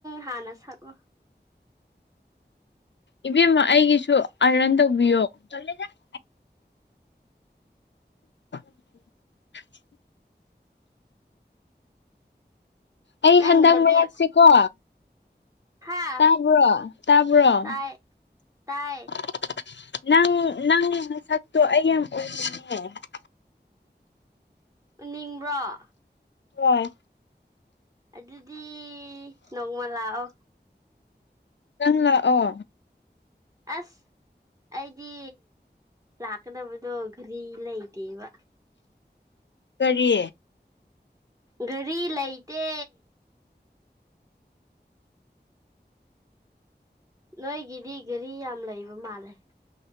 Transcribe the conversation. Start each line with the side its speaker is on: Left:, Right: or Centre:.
Right: ꯍꯥꯟꯅ ꯁꯛꯑꫭ
Left: ꯏꯕꯦꯝꯃ ꯑꯩꯒꯤꯁꯨ ꯑꯥꯏꯔꯟ ꯇꯧꯕꯤꯌꯣ <unintelligible> <inaudible> ꯑꯩ
Right: ꯅꯪ
Left: ꯍꯟꯗꯛ
Right: ꯅꯕꯦꯝ
Left: ꯃꯔꯛꯁꯦꯀꯣ
Right: ꯍꯥ
Left: ꯇꯥꯕ꯭ꯔꯣ ꯇꯥꯕ꯭ꯔꯣ <unintelligible>
Right: ꯇꯥꯏ ꯇꯥꯏ
Left: <unintelligible> ꯅꯪ ꯅꯪꯒꯤ ꯃꯁꯛꯇꯣ ꯑꯩ ꯌꯥꯝ ꯑꫭꯏꯅꯤꯡꯉꯦ <unintelligible>
Right: ꯎꯅꯤꯡꯕ꯭ꯔꫭ
Left: ꯍꯣꯏ
Right: ꯑꯗꯨꯗꯤ ꯅꯣꯡꯃ ꯂꯥꯛꯑꯣ
Left: ꯅꯪ ꯂꯥꯛꯑꯣ
Right: ꯑꯁ ꯑꯩꯗꯤ ꯂꯥꯛꯀꯗꯕꯗꯣ ꯘꯔꯤ ꯂꯩꯇꯦꯕ
Left: ꯀꯔꯤ
Right: ꯘꯔꯤ ꯂꯩꯇꯦ ꯅꯣꯏꯒꯤꯗꯤ ꯘꯔꯤ ꯌꯥꯝ ꯂꯩꯕ ꯃꯥꯜꯂꯦ